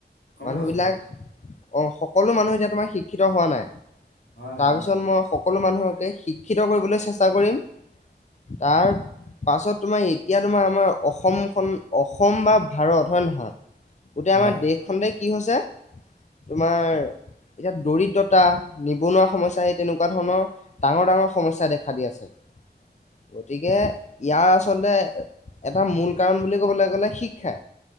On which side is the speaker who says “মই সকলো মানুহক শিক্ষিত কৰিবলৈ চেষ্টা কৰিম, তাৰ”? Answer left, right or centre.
Left